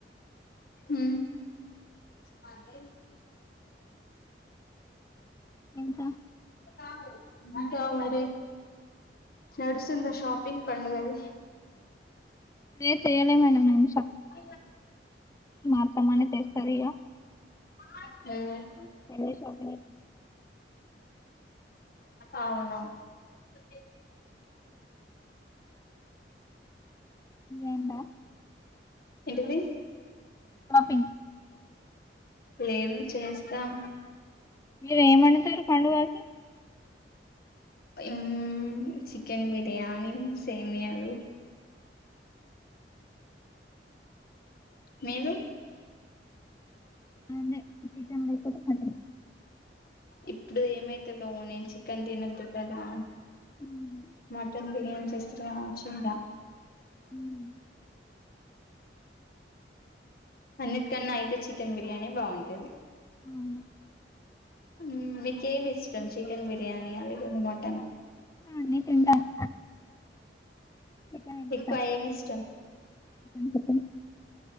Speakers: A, on the left; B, on the left.
A: హు అ చ
B: ఇంకా
A: ఆ ఇంకా మరి నడు వస్తుంద షాపింగ్ పండుగది
B: లే చేయలే మేడ నం
A: అ
B: అత్తమ్మనే తెస్తది
A: హు
B: ఏ సోకలేదు
A: అవును ఓకే జే
B: ఏంటా <unintelligible>
A: ఏంటిది
B: షాపింగ్
A: లేదు చేస్తాం
B: మీరు ఏం వండుతారు పండుగకి
A: ఇం చికెన్ బిర్యానీ సేమియాలు నేను
B: అదే చికెన్ లేకపోతే మటన్
A: ఇప్పుడు ఏమైతుదోగా నేను చికెన్ తినొద్దు కదా
B: హ్మ్.
A: మటన్ బిర్యానీ చేస్తే రావచ్చు ద
B: హ్మ్
A: అన్నిటికన్నా అయితే చికెన్ బిర్యానీ బావుంటది
B: ఉమ్మ్
A: ఉమ్మ్ మీకేం ఇష్టం చికెన్ బిర్యానియా లేకుంటే మటన్
B: అన్నీ తింటాను చికెన్ ఇష్టం
A: ఎక్కువ ఏం ఇష్టం
B: చికెన్ చికెన్